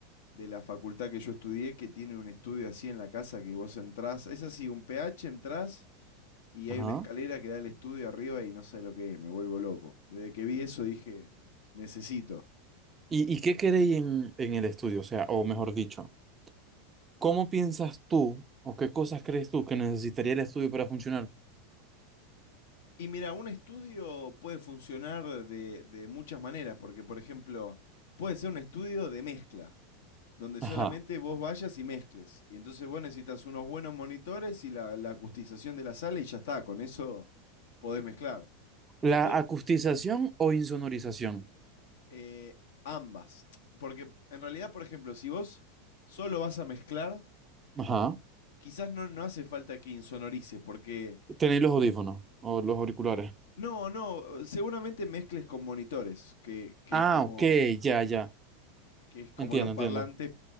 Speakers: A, on the left (about 70°); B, on the right (about 25°).
A: de la facultad que yo estudié que tiene un estudio así en la casa que vos entrás. Es así, un PH entrás y
B: ajá.
A: hay una escalera que da al estudio arriba y no sé lo que es, me vuelvo loco. Desde que vi eso dije, necesito.
B: ¿Y, y qué queréis en, en el estudio? O sea, o mejor dicho, ¿Cómo piensas tú o qué cosas crees tú que necesitaría el estudio para funcionar?
A: Y mira, un estudio puede funcionar de, de muchas maneras, porque por ejemplo, puede ser un estudio de mezcla, donde solamente
B: Ajá.
A: vos vayas y mezcles. Y entonces vos necesitas unos buenos monitores y la, la acustización de la sala y ya está, con eso podés mezclar.
B: ¿La
A: Después
B: acustización o insonorización?
A: eh, ambas. Porque en realidad, por ejemplo, si vos solo vas a mezclar,
B: Ajá.
A: quizás no, no hace falta que insonorices, porque
B: Tenéis los audífonos o los auriculares.
A: no, no, seguramente mezcles con monitores, que, que
B: Ah,
A: es como,
B: ok, ya, ya.
A: que es como
B: Entiendo,
A: los parlantes.
B: entiendo.